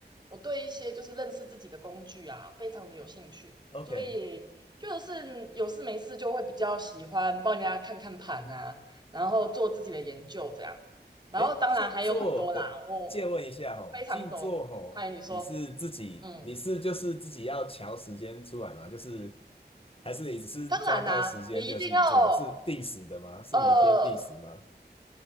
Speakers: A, on the right; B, on the left.
A: 我对一些就是认识自己的工具啊，非常的有兴趣，
B: <laughs>
A: 所以就是有事没事就会比较喜欢帮人家看看盘啊，
B: OK，
A: 然后做自己的研究这样。然后当然还有很多啦，
B: 哎，静坐的，
A: 我我我非常多。
B: 借问一下哦，静坐哦，
A: 哎，你说，
B: 你是自己，
A: 嗯
B: 你是就是自己要调时间出来吗？就是，还是你只是抓到时间就静坐，
A: 当然啦、你一定要
B: 是定时的吗？是每天定时吗？
A: 呃，